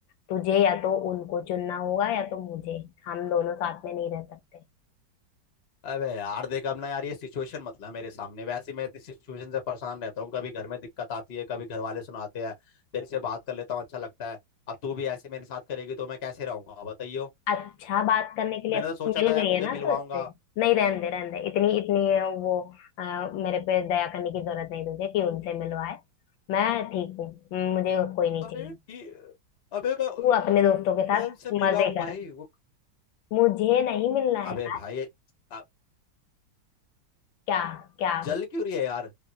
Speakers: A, on the left; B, on the left.
A: तुझे या तो उनको चुनना होगा या तो मुझे हम दोनों साथ में नहीं रह सकते
B: अबे यार देख अब ना यार ये सिचुएशन मत ला मेरे सामने वैसे ही मैं इस सिचुएशन से परेशान रहता हूँ कभी घर में दिक्कत आती है कभी घर वाले सुनाते हैं तेरे से बात कर लेता हूँ अच्छा लगता है अब तू भी ऐसे मेरे साथ करेगी तो मैं कैसे रहूंगा बताइयो
A: अच्छा बात करने के लिए
B: मैंने
A: अब
B: तो सोचा
A: मिल
B: था यार
A: गई
B: तुझे
A: है ना
B: मिलवाऊंगा
A: तो उससे नहीं रहने दे रहने दे इतनी इतनी वो अ, मेरे पे दया करने की जरूरत नहीं तुझे कि उनसे मिलवाए मैं ठीक हूँ मुझे कोई नहीं
B: अबे
A: चाहिए
B: ठीक अबे मैं
A: तू अपने दोस्तों के साथ
B: मैं उनसे मिला
A: मजे
B: हूँ
A: कर
B: भाई वो
A: मुझे नहीं मिलना है
B: अबे भाई अ-
A: क्या क्या
B: जल क्यों रही है यार